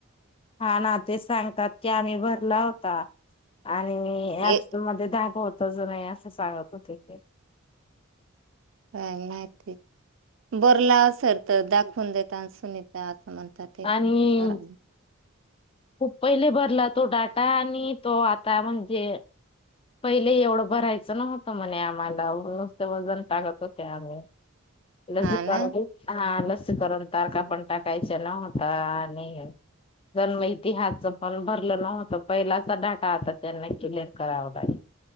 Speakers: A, on the left (about 25°); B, on the right (about 60°).
A: हा ना तेच सांगतात की आम्ही भरला होता आणिी
B: ए
A: पस मध्ये धाग होतच नाही असं सांगत होते काही
B: काय माहिती बरलाव सर तर दाखवून दता सुनीत त्या असं म्हणतात तेरा
A: आणि खूप पहिले भरला तो डाटा आणि तो आता म्हणजे. पहिले एवढं भरायचं नवतं म्हणे आम्हाला नुसते वजन टाकत होते आम्ही लस
B: हा ना
A: करून हा लस करून तारका पण टाकायच्या नव्हता आणि जन्म इतिहाच पण भरलं नव्हतं पहिलाचा डाटा आता त्यांना क्लिअर करावं लागेल.